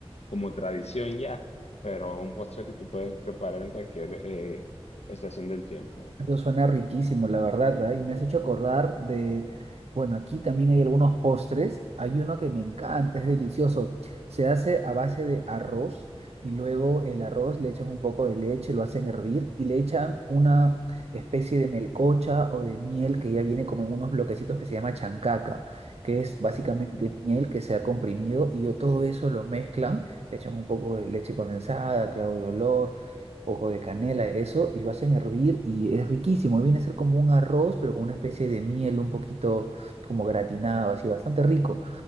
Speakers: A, on the left; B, on the right.
A: como tradición ya, pero un postre que tú puedes preparar en cualquier eh, estación del tiempo.
B: Eso suena riquísimo, la verdad, ¿ah? Y me has hecho acordar de, bueno, aquí también hay algunos postres. Hay uno que me encanta, es delicioso. Se hace a base de arroz y luego el arroz le echan un poco de leche, lo hacen hervir y le echan una especie de melcocha o de miel que ya viene como en unos bloquecitos que se llama chancaca, que es básicamente
A: Ok,
B: miel que se ha comprimido y yo todo eso lo mezclan, le echan un poco de leche condensada, clavo de olor poco de canela, eso, y lo hacen hervir y es riquísimo. Viene a ser como un arroz, pero con una especie de miel un poquito como gratinado, así, bastante rico.